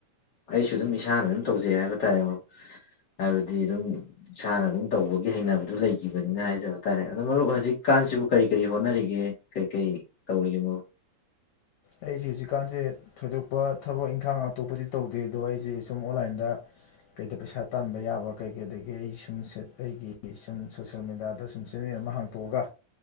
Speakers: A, on the left; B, on the left.
A: ꯑꯩꯁꯨ ꯑꯗꯨꯝ ꯏꯁꯥꯅ ꯑꯗꯨꯝ ꯇꯧꯖꯩ ꯍꯥꯏꯕ ꯇꯥꯔꯦ ꯍꯥꯏꯕꯗꯤ ꯑꯗꯨꯝ ꯏꯁꯥꯅ ꯑꯗꯨꯝ ꯇꯧꯕꯒꯤ ꯍꯩꯅꯕꯗꯨ ꯂꯩꯒꯤꯕꯅꯤꯅ ꯍꯥꯏꯖꯕ ꯇꯥꯔꯦ ꯑꯗꯣ ꯃꯔꯨꯞ ꯍꯧꯖꯤꯛꯀꯥꯟꯁꯤꯕꯨ ꯀꯔꯤ ꯀꯔꯤ ꯍꯣꯠꯅꯔꯤꯒꯦ ꯀꯩꯀꯩ ꯇꯧꯔꯤꯒꯦ ꯃꯔꯨꯞ
B: ꯑꯩꯖꯦ ꯍꯧꯖꯤꯛꯀꯥꯟꯖꯦ ꯊꯣꯏꯗꯣꯛꯄ ꯊꯕꯛ ꯏꯪꯈꯥꯡ ꯑꯇꯣꯞꯄꯗꯤ ꯇꯧꯗꯦ ꯑꯗꯣ ꯑꯩꯖꯦ ꯁꯨꯝ ꯑꯣꯟꯂꯥꯏꯟꯗ ꯀꯩꯗ ꯄꯩꯁꯥ ꯇꯥꯟꯕ ꯌꯥꯕ ꯀꯩꯀꯩꯗꯒꯤ ꯑꯩ ꯁꯨꯝ ꯑꯩꯒꯤ ꯁꯨꯝ ꯁꯣꯁꯦꯜ ꯃꯦꯗꯤꯌꯥꯗ ꯁꯨꯝ ꯆꯦꯟꯅꯦꯜ ꯑꯃ ꯍꯥꯡ ꯗꯣꯛꯑꯒ